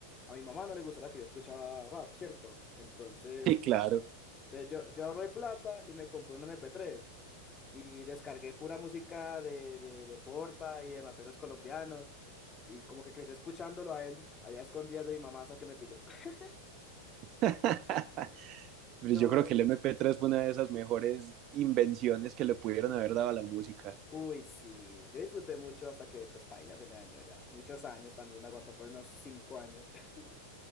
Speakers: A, on the left; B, on the right.
A: a mi mamá no le gustaba que yo escuchara rap, ¿cierto? Entonces,
B: Sí, claro.
A: entonces yo, yo ahorré plata y me compré un MP3 y descargué pura música de, de, de Porta y de raperos colombianos y como que crecí escuchándolo a él, allá a escondidas de mi mamá hasta que me pilló. <laughs>
B: <laughs> Pero
A: No.
B: yo creo que el M P tres fue una de esas mejores invenciones que le pudieron haber dado a la música.
A: Uy, sí, yo disfruté mucho hasta que, pues, paila, se me dañó ya. Muchos años también, me aguantó por unos cinco años. <laughs>